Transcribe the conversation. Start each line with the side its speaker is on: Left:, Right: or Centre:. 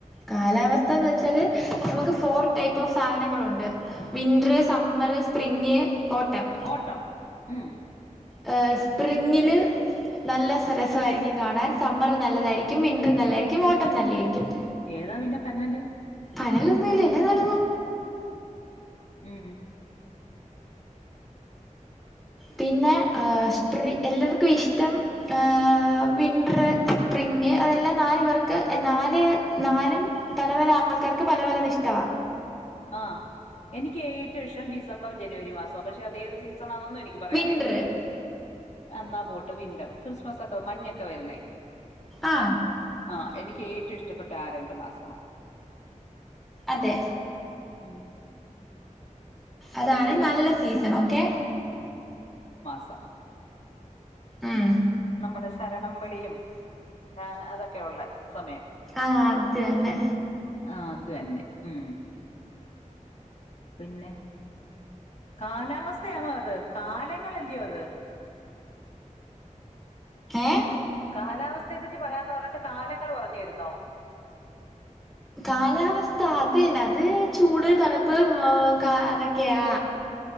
Centre: കാലാവസ്ഥ എന്ന് വെച്ചാല് നമുക്ക് ഫോർ ടൈപ്പ് ഓഫ് സാധനങ്ങളുണ്ട് വിൻററ് സമ്മർ
Left: ഉം.
Centre: പ്രിങ്ങേ ഓട്ടം
Left: ഓട്ടം ഉം
Centre: ഹ സ്പ്രിംഗില് നല്ല രസയിരിക്കും കാണാൻ സമ്മർ നല്ലതായിരിക്കും വിന്റർ നല്ലതായിരിക്കും ഓട്ടം നല്ലതായിരിക്കും
Left: ഏതാ പിന്റെ പന്നല്
Centre: പനേലൊന്നുല്ല എല്ലാം നല്ലതാ
Left: ഉം
Centre: പിന്നെ ഏ സ്പ്രി എല്ലാർക്കും ഇഷ്ടം ഏ വിന്റർ സ്പ്രിങ്ങ് അതെല്ലാം നാല് പേർക്ക് നാല് നാലും പല പല ആൾക്കാർക്ക് പലപല അത് ഇഷ്ടവാ
Left: ആ എനിക്ക് ഏറ്റവും ഇഷ്ടം ഡിസംബർ ജനുവരി മാസവും പക്ഷേ അതേത് സീ സനൊന്നും എനിക്ക് പറയാൻ
Centre: വിന്റർ
Left: അറിയത്തില്ല അന്നാ പോട്ട് വിന്റർ ക്രിസ്മസ് ഒക്കെ മഞ്ഞൊക്കെ വരുന്നെ
Centre: ആ
Left: അ എനി ക്കേറ്റവും ഇഷ്ടപ്പെട്ട ആ രണ്ടു മാസമാ
Centre: അതെ
Left: ഉം
Centre: അതാണ്
Left: വൃശ്ചിക
Centre: നല്ല
Left: മാസം
Centre: സീസൺ ഓക്കെ
Left: സ
Centre: ഉം
Left: നമ്മുടെ ശരണം വിളിയും ഞാൻ അതൊക്കെയുള്ള സമയം
Centre: ആ അതുതന്നെ
Left: ആ അത് തന്നെ ഉംമ് പിന്നെ കാലാവസ്ഥയാണോ അത് കാലങ്ങളല്ലയോ അത്
Centre: ഏ
Left: കാലാവസ്ഥയെ പറ്റി പറയാന്ന് പറഞ്ഞിട്ട് കാലങ്ങൾ പറഞ്ഞു താരുന്നോ
Centre: കാലാവസ്ഥ അത് തന്നെ അത് ചൂട് തണുപ്പ് മ് കാ അതൊക്കെയാ